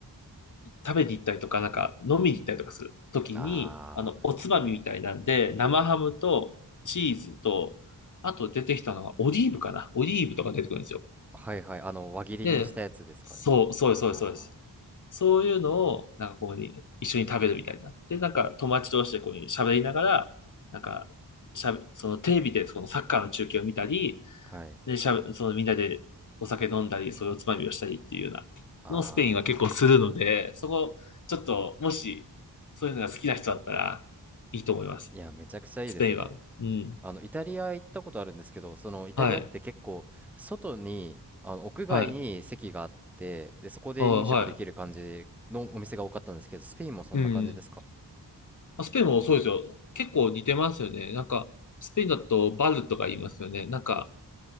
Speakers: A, on the left; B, in the centre.
A: 食べに行ったりとか、なんか飲みに行ったりとかするときに、
B: あ
A: あの、おつまみみたいなんで、生ハムとチーズと、あと出てきたのがオリーブかな。オリーブとか出てくるんですよ。
B: あ、はいはい。あの、輪切りにしたやつですかれ
A: で、そう、そうです、そうです、
B: あ
A: そうです。そういうのを、なんかこうに、一緒に食べるみたいな。で、なんか友達同士でこうに喋りながら、なんか、しゃべ、そのテレビでそのサッカーの中継を見たり、
B: あ、はい。
A: で、しゃぶ、そのみんなでお酒飲んだり、そういうおつまみをしたりっていうような、
B: ああ、
A: のをスペインは結構するので、そこ、ちょっと、もし、そういうのが好きな人だったら、いいと思います。
B: いや、めちゃくちゃいいですね。
A: スペインは。うん。
B: あの、イタリア行ったことあるんですけど、その、イタリアって結構、
A: はい。
B: 外に、あの、屋外に席があって、
A: はい。
B: で、そこで飲食できる感じのお店が多かったんですけど、
A: あは
B: スペインもそんな感じですか
A: い。うん。まあスペインもそうですよ。結構似てますよね。なんか、スペインだとバルとか言いますよね。なんか、